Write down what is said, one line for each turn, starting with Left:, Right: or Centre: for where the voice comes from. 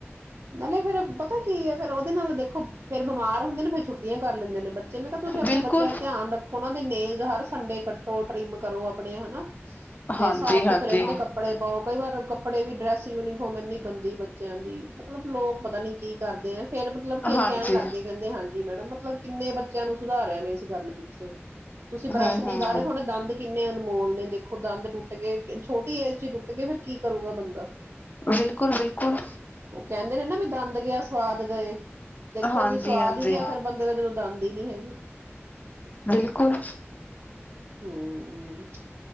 Right: ਨਾਲੇ ਫੇਰ ਪਤਾ ਕੀ ਹੈ ਫੇਰ ਉਹਦੇ ਨਾਲ ਦੇਖੋ ਫੇਰ ਬਿਮਾਰ ਹੁੰਦੇ ਨੇ ਫੇਿਰ ਛੁੱਟੀਆਂ ਕਰ ਲੈਂਦੇ ਨੇ ਬੱਚੇ। ਮੈਂ ਕਿਹਾ ਤੁਸੀਂ ਆਪਣੇ
Left: ਬਿਲਕੁਲ
Right: ਬੱਚਿਆਂ ਦਾ ਧਿਆਨ ਰੱਖੋ ਉਹਨਾਂ ਦੇ ਨੇਲ ਹਰ ਸੰਡੇ ਕੱਟੋ ਟ੍ਰਿਮ ਕਰੋ। ਅਪਣੇ ਹਨਾ। ਤੇ
Left: ਹਾਂਜੀ
Right: ਸਾਫ ਸੁਥਰੇ
Left: ਹਾਂਜੀ
Right: ਹੁੰਦੇ ਕੱਪੜੇ ਪਾਓ ਕਈ ਵਾਰ ਕੱਪੜੇ ਵੀ ਡਰੈਸ ਯੂਨੀਫਾਰਮ ਇੰਨੀ ਗੰਦੀ ਬੱਚਿਆਂ ਦੀ। ਮਤਲਬ ਲੋਕ ਪਤਾ ਨੀ ਕੀ ਕਰਦੇ ਆ। ਫੇਰ ਮਤਲਬ ਫੇਰ
Left: ਹਾਂਜੀ।
Right: ਕਹਿਣ ਲੱਗ ਗਏ ਕਹਿੰਦੇ ਹਾਂਜੀ ਮੈਡਮ ਮਤਲਬ ਕਿੰਨੇ ਬੱਚਿਆਂ ਨੂੰ ਸੁਧਾਰਿਆ, ਮੈਂ ਇਸ ਗੱਲ ਪਿੱਛੇ। ਤੁਸੀਂ ਬਰੱਸ਼
Left: ਹੂੰ
Right: ਨਹੀਂ
Left: ਹੂੰ।
Right: ਕਰ ਰਹੇ ਥਹਾਡੇ ਦੰਦ ਕਿੰਨੇ ਅਨਮੋਲ ਨੇ ਦੇਖੋ ਦੰਦ ਟੁੱਟ ਗਏ ਛੋਟੀ ਏਜ ਚ ਅਗੇ ਫਿਰ ਕੀ ਕਰੂਗਾ ਬੰਦਾ।
Left: ਬਿਲਕੁਲ-ਬਿਲਕੁਲ।
Right: ਉਹ ਕਹਿੰਦੇ ਨੇ ਨਾ ਵੀ ਦੰਦ ਗਿਆ ਸਵਾਦ ਗਏ। ਦੇਖੋ
Left: ਹਾਂਜੀ
Right: ਵੀ ਸੁਵਾਦ
Left: ਹਾਂਜੀ।
Right: ਹੀ ਗਿਆ ਫੇਰ ਬੰਦੇ ਦਾ ਜਦੋਂ ਦੰਦ ਹੀ ਨਹੀਂ ਹੈਗੇ।
Left: ਬਿਲਕੁਲ
Right: ਹੂੰ।